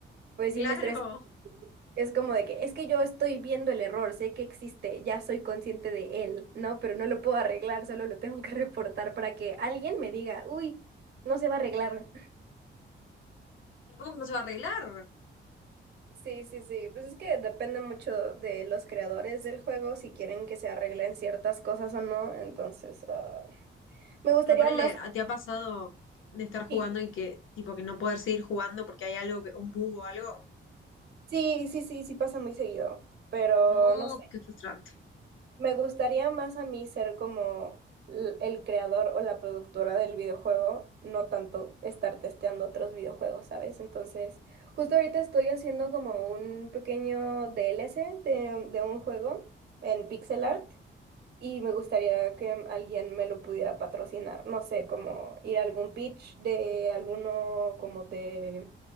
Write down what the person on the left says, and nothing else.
Claro.
¿Cómo que no se va a arreglar?
Pero ponele,
¿a- ¿te ha pasado de estar
jugando y que, tipo, que no poder seguir jugando porque hay algo, que, un bug o algo?
No,
qué frustrante.
Ujú.